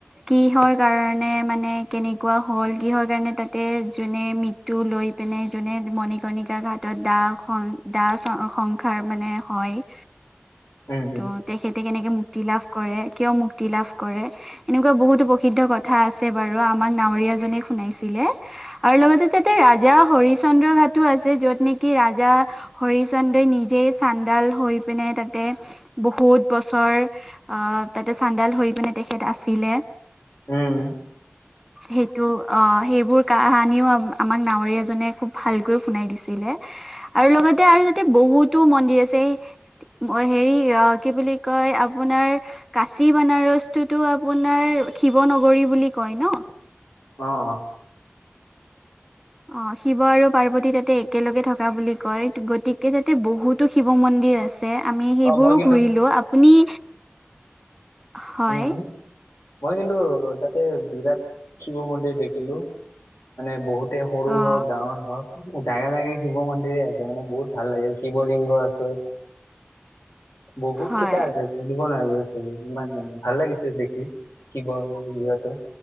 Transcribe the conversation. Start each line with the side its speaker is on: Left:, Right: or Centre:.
Centre: কিহৰ কাৰণে মানে কেনেকুৱা হ'ল কিহৰ কাৰণে তাতে যোনে মৃ ত্যু লৈ পিনে যোনে মণিকৰ্ণিকা ঘাটত দা খন দা চং খন খাৰ মানে হয়।
Left: উম উম
Centre: ত তেখেতে কেনেকে মুক্তি লাভ কৰে, কিয় মুক্তি লাভ কৰে। এনেকুৱা বহুতো প্ৰসিদ্ধ কথা আছে বাৰু, আমাক নাৱৰীয়া জনে শুনাইছিলে। আৰু লগতে তাতে ৰাজা হৰিশচন্দ্ৰ ঘাটো আছে যত নেকি ৰাজা হৰিচন্দ্ৰই নিজেই চান্দাল হৈ পিনে তাতে বহুত বছৰ আহ তাতে চান্দাল হৈ পিনে তেখেত আছিলে।
Left: উম।
Centre: সেইটো অ সেইবোৰ কাহানীও আমাক নাৱৰীয়া জনে খুব ভালকৈ শুনাই দিছিলে।
Left: <unintelligible>
Centre: আৰু লগতে আৰু তাতে বহুতো মন্দিৰ আছে, এই অ হেৰি অ কি বুলি কয় আপোনাৰ কাচী বানাৰসটোতো আপোনাৰ শিৱ নগৰী বুলি কয় ন?
Left: অহ অ।
Centre: অ শিৱ আৰু পাৰ্বতী তাতে একেলগে থকা বুলি কয়, গতিকে তাতে বহুতো শিৱ মন্দিৰ আছে। আছে আমি সেইবোৰো
Left: অ মই কিন্তু
Centre: ঘুৰিলো আপুনি হয়
Left: উম। মই কিন্তু তাতে বিৰাট শিৱ মন্দিৰ দেখিলো, মানে বহুত তে সৰু
Centre: অ
Left: হওক ডাঙৰ হওক জাগাই জাগাই শিৱ মন্দিৰে আছে মানে বহুত ভাল লাগিল শিৱ লিংগ আছে। বহুত
Centre: হয়
Left: কেইটা আছে গনিব নোৱাৰিব ছাগে ইমান মানে। ভাল লাগিছে দেখি শিৱ লিংগটো।